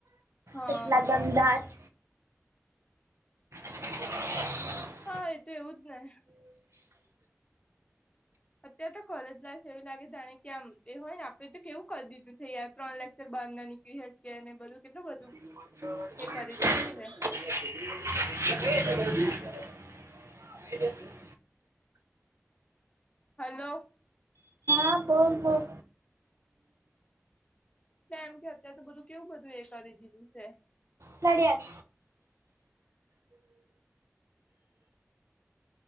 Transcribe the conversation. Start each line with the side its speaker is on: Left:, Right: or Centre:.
Left: હા
Right: પેટલાદ અમદાવાદ <inaudible>
Left: હા એ તો એવું જ ને. અત્યારે તો કોલેજ લાઈફ એવી લાગે જાણે કે આમ એ હોય ને હવે તો કેવું કરી દીધું છે યાર ત્રણ લેક્ચર બારના નીકળી શકે અને એ બધું કેટલું બધું.
Right: <inaudible>
Left: એ કરી દીધું છે
Right: <inaudible>
Left: હલો.
Right: હા બોલ બોલ.
Left: એમ કે અત્યાર તો બધું કેવું બધું એ કરી દીધું છે.
Right: નડિયાદ